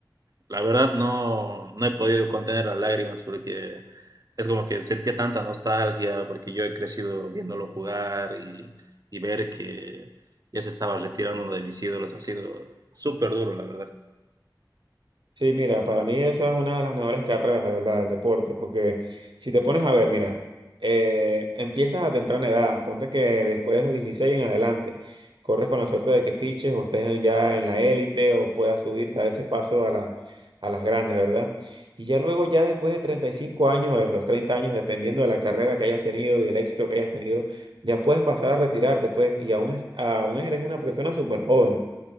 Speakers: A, on the right (about 50°); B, on the right (about 80°).
A: la verdad no, no he podido contener las lágrimas porque es como que sentía tanta nostalgia porque yo he crecido viéndolo jugar y, y ver que ya se estaba retirando uno de mis ídolos ha sido súper duro, la verdad.
B: Sí, mira, para mí esa es una de las mejores carreras, de verdad, del deporte, porque si te pones a ver, mira, eh, empiezas a temprana edad, ponte que después de los 16 en adelante, corres con la suerte de que fiches o estés ya en la élite o puedas subir, dar ese paso a la- a las grandes, ¿verdad? Y ya luego, ya después de 35 años o de los 30 años, dependiendo de la carrera que hayas tenido y el éxito que hayas tenido, ya puedes pasar a retirarte, pues, y aún, es- aún eres una persona súper joven.